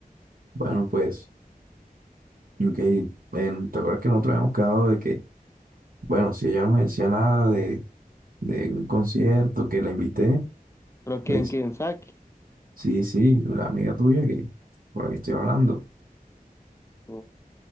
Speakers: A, on the right; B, on the left.
A: Bueno, pues, ok, ven, ¿te acuerdas que nosotros habíamos quedado de que, bueno, si ella no me decía nada de, de un concierto que la invité,
B: ¿Pero quién?
A: pues,
B: ¿Quién? ¿Saki?
A: sí, sí, la amiga tuya que, por la que estoy hablando.
B: Ok,